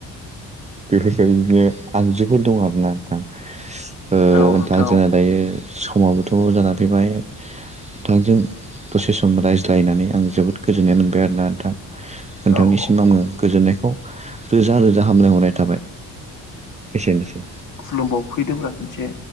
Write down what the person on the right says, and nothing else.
बेफोरबायदिनो आगजुफोर दं आरोना नोंथां ओ
नोंथां जोंना
दायो समाबोथ' जाना फैबाय नोंथांजों दसे सम रायज्लायनानै आं जोबोद गोजोननाय मोनबाय आरोना नोंथां नोंथांनिसिम
आङो गोजोननायखौ रोजा रोजा हामलायहरनाय थाबाय एसेनोसै